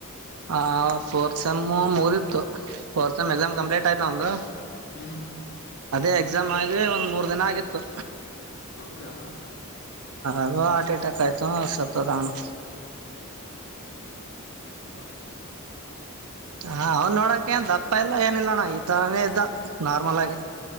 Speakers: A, on the right; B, on the left.
A: ಹ ಸೋರ್ಸಮ್ಮು ಮುಗಿದಿತ್ತು ಫೋರ್ಮ್
B: ಹ್ಮ್
A: ಎಕ್ಸಾಮ್ ಕಂಪ್ಲೀಟ್ ಆಯ್ತಾ ಒಂದು
B: ಹ್ಮ್
A: ಅದೇ ಎಕ್ಸಾಮ್ ಆಗಿ ಒಂದ್ ಮೂರ್ ದಿನ ಆಗಿತ್ತು
B: ಹೌದಾ
A: ಅದು ಹಾರ್ಟ್ ಎಟ್ಯಾಕ್ ಆಯ್ತು ಸತ್ತ ಹೋದಾಅವನು
B: ಹಾಗೆ ನೋಡಪ
A: ಹಾ ಅವನ್ ನೋಡಕ ಏನ್ ದಪ್ಪ ಇಲ್ಲ ಏನಿಲ್ಲಣ್ಣ ಈ ತರಾನೇ ಇದ್ದ ನಾರ್ಮಲ್ ಆಗಿ